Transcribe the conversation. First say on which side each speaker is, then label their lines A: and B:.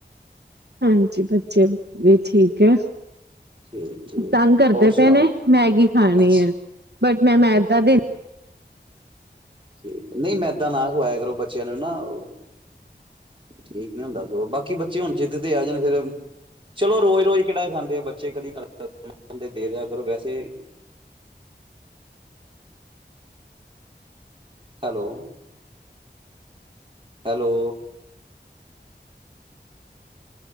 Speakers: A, on the right; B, on the right.
A: ਹਾਂਜੀ ਬੱਚੇ ਵੀ ਠੀਕ ਹੈ
B: ਠੀਕ ਠੀਕ
A: ਤੰਗ ਕਰਦੇ
B: ਹੋਰ ਸੁਣਾਓ
A: ਪਏ ਨੇ ਮੈਗੀ ਖਾਣੀ
B: ਅੱਛਾ
A: ਹੈ ਬਟ ਮੈਂ ਮੈਦਾਂ ਦਿ
B: ੀ ਨਹੀਂ ਮੈਦਾ ਨਾ ਖਵਾਇਆ ਕਰੋ ਬੱਚਿਆਂ ਨੂੰ ਨਾ ਉਹ ਠੀਕ ਨੀ ਹੁੰਦਾ ਸਗ ਬਾਕੀ ਬੱਚੇ ਹੁਣ ਜਿੱਦ ਤੇ ਆ ਜਾਣ ਫਰ ਚਲੋ ਰੋਜ਼ ਰੋਜ਼ ਕਿਹੜਾ ਖਾਂਦੇ ਆ ਬੇ ਬੱਚੇ ਕਦੀ ਗਦੇ ਦੇ ਦਿਆ ਕਰੋ ਵੈਸੇ hello hello